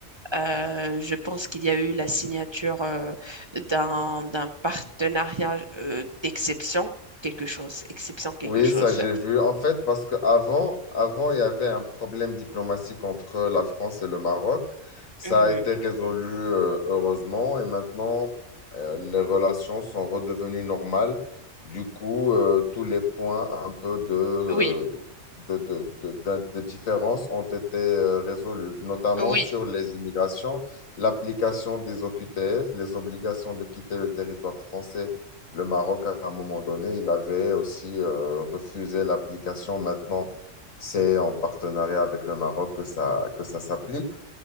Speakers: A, on the right; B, on the left.
A: Euh, je pense qu'il y a eu la signature euh, d'un d'un partenariat euh, d'exception, quelque chose, exception quelque
B: Oui,
A: chose.
B: ça j'ai vu. En fait, parce qu'avant, avant, avant il y avait un problème diplomatique entre la France et le Maroc. Ça
A: Mhm.
B: a été résolu, euh, heureusement, et maintenant, euh, les relations sont redevenues normales. Du coup, euh, tous les points un peu de, euh,
A: Oui,
B: de, de, de- d'in- de différence ont été euh, résolus, notamment
A: oui.
B: sur les immigrations, l'application des OQTF, les obligations de quitter le territoire français le Maroc, à un moment donné, il avait aussi euh, refusé l'application. Maintenant, c'est en partenariat avec le Maroc que ça, que ça s'applique.